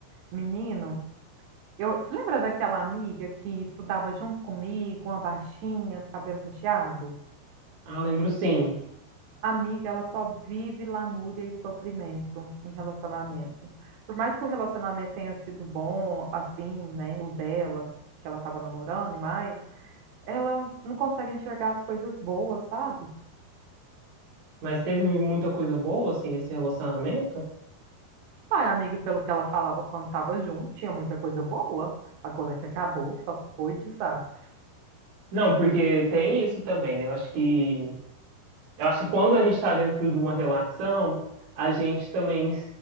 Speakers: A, on the right; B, on the right.
A: Menino, eu, você lembra daquela amiga que estudava junto comigo, uma baixinha, do cabelo cacheado?
B: Ah, lembro sim.
A: Amiga, ela só vive lamúria e sofrimento em relacionamento. Por mais que o relacionamento tenha sido bom, assim, né, o dela, que ela tava namorando e mais, ela não consegue enxergar as coisas boas, sabe?
B: Mas teve muita coisa boa, assim, nesse relacionamento?
A: Ai, amiga, pelo que ela falava quando tava junto, tinha muita coisa boa. Agora que acabou, só foi desastre.
B: Não, porque tem isso também, né? Eu acho que, eu acho que quando a gente tá dentro de uma relação, a gente também